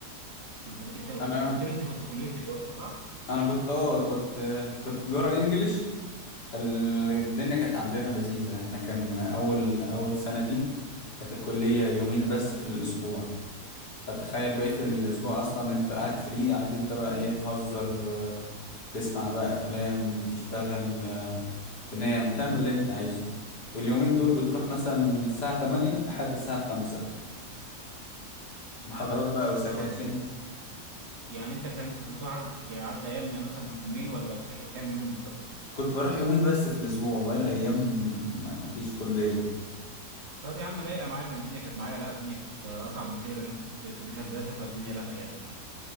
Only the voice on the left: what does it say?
انا
انا كنت اه كنت آه، كنت جرا انجليش فالدنيا كانت عندنا لذيذه احنا كان اول اول سنه دي كانت الكليه يومين بس في الاسبوع فتخيل بقية الأسبوع أصلا أنت قاعد فري قاعد أنت بقى إيه تهزر آه، تسمع بقى أفلام تشتغل آه، تنام تعمل اللي أنت عايزه واليومين دول بتروح مثلا من الساعة 8 لحد الساعة 5 محاضرات بقى وسكاشن
فكنت بروح يومين بس في الأسبوع وباقي الأيام مفيش كلية